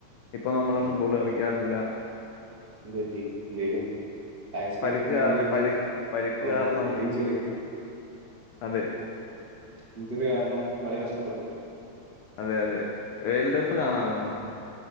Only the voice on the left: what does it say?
ഇപ്പൊ നമ്മള്
ഫുട്ബോള് കളിക്കാറില്ല
പരിക്ക്
കാ- പരി- പരിക്ക്
കാരണം
അതെ
അതെ അതെ വേൾഡ്കപ്പ് കാണാറുണ്ടോ